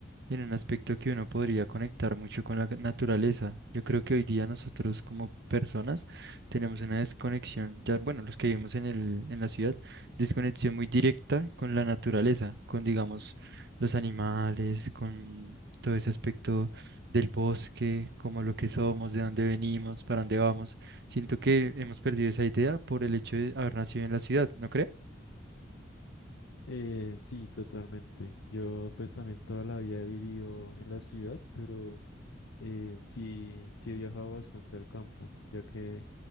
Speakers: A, on the right (about 60°); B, on the left (about 85°).
A: en un aspecto que uno podría conectar mucho con la naturaleza. Yo creo que hoy día nosotros como personas tenemos una desconexión, ya bueno, los que vivimos en el, en la ciudad, desconexión muy directa con la naturaleza, con digamos los animales, con todo ese aspecto del bosque, como lo que somos, de dónde venimos, para dónde vamos. Siento que hemos perdido esa idea por el hecho de haber nacido en la ciudad, ¿no cree?
B: Eh, sí, totalmente. Yo pues también toda la vida he vivido en la ciudad, pero eh, sí, sí he viajado bastante al campo, ya que